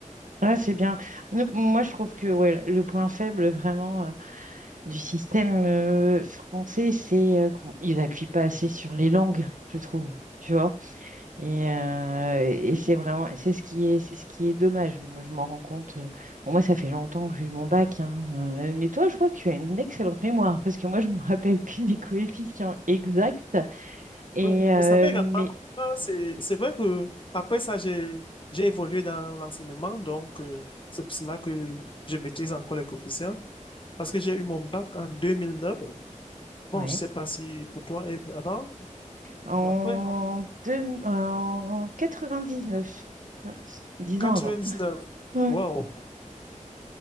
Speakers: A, on the right; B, on the left.
A: Ah, c'est bien. Nous- Moi, je trouve que ouais, le point faible vraiment euh, du système euh, français, c'est euh, qu'il n'appuie pas assez sur les langues, je trouve. Tu vois? Et, euh, et c'est vraiment, c'est ce qui est, c'est ce qui est dommage. Moi, je m'en rends compte. euh, bon, moi, ça fait longtemps que j'ai eu mon bac, hein, euh, mais toi, je vois que tu as une excellente mémoire parce que moi, je me rappelle plus des coefficients exacts. Et
B: Oui,
A: euh,
B: mais ça fait également
A: mais
B: longtemps. C'est, c'est vrai que après ça, j'ai, j'ai évolué dans l'enseignement. Donc, euh, c'est pour cela que je maîtrise encore les coefficients. Parce que j'ai eu mon bac en 2009.
A: ouais.
B: Bon, je sais pas si pour toi et avant
A: En,
B: ou après.
A: deux, en 99, Tiens, dix
B: 99.
A: ans avant. Ouais.
B: Wow.